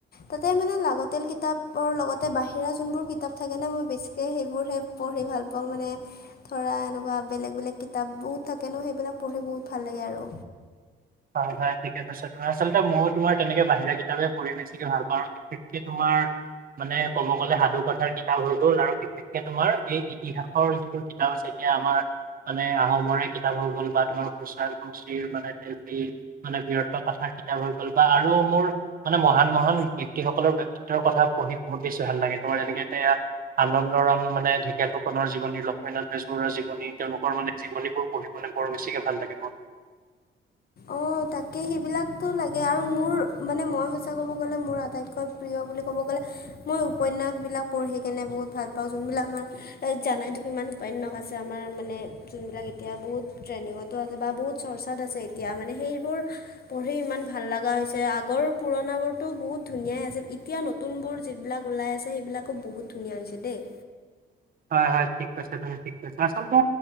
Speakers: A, on the left (about 50°); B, on the right (about 45°).
A: তাতে মানে লাগতিয়াল কিতাপৰ লগতে বাহিৰা যোনবোৰ কিতাপ থাকেনে মই বেছিকে সেইবোৰহে পঢ়ি ভাল পাওঁ মানে ধৰা এনেকুৱা বেলেগ বেলেগ কিতাপ বহুত থাকে ন, সেইবিলাক পঢ়ি বহুত ভাল লাগে আৰু।
B: হয় হয় ঠিকে আছে ত আচলতে ময়ো তোমাৰ তেনেকে বাহিৰা কিতাপে পঢ়ি বেছিকে ভাল পাওঁ। বিশেষকে তোমাৰ মানে ক'ব গ'লে সাধু কথাৰ কিতাপ হৈ গ'ল আৰু পি তোমাৰ এই ইতিহাসৰ যিবোৰ কিতাপ আছে এতিয়া আমাৰ মানে আহোমৰে কিতাপ হৈ গ'ল বা <inaudible> মানে মানে বিৰত্ব কথাৰ কিতাপ হৈ গ'ল বা আৰু মোৰ মানে মহান মহান ব্যক্তিসকলৰ বক্তিত্বৰ কথা পঢ়ি বহুত বেছি ভাল লাগে তোমাৰ যেনেকে এতিয়া আনন্দৰাম মানে ঢেকীয়াল ফুকনৰ জীৱনী, লক্ষ্মীনাথ বেজবৰুৱাৰ জীৱনী তেওঁলোকৰ মানে জীৱনীবোৰ পঢ়ি মানে বৰ বেছিকে ভাল লাগে মোৰ।
A: অঁ তাকে সেইবিলাকতো লাগে আৰু মোৰ মানে মই সঁচা ক'ব গ'লে মোৰ আটাইতকৈ প্ৰিয় বুলি ক'ব গ'লে মই উপন্যাস বিলাক পঢ়ি কেনে বহুত ভাল পাওঁ যোনবিলাক আমাৰ জানাই টো কিমান উপন্যাস আছে আমাৰ মানে যোনবিলাক এতিয়া বহুত ট্ৰেন্ডিঙতো আছে বা বহুত চৰ্চাত আছে এতিয়া মানে সেইবোৰ পঢ়ি ইমান ভাল লগা হৈছে আগৰ পুৰণাবোৰতো বহুত ধুনীয়াই আছিল এতিয়া ন নতুনবোৰ যিবিলাক ওলাই আছে সেইবিলাকো বহুত ধুনীয়া হৈছে দেই।
B: হয় হয় ঠিক কৈছা তুমি ঠিক কৈছা আচলতে